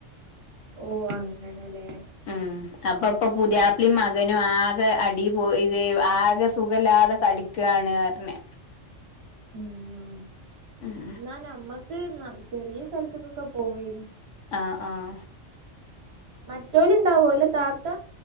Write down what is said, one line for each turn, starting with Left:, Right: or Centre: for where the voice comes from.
Right: ഓ. അങ്ങനെ ലേ.
Left: ഉം അപ്പൊ പ്പൊ പുതിയാപ്പ്ളീം മകനു ആകെ അടി പോ ഇത് ആകെ സുഖല്ലാതെകടി ക് ആണ്അർന്
Right: ഉം
Left: ഉം
Right: ന്നാ നമ്മക്ക് ന്ന ചെറിയ സ്ഥലത്ത്ക്കൊക്കെ പോവേന്
Left: ആഹ ആഹ.
Right: മറ്റോല്ണ്ടാവോ ഓലെ താത്ത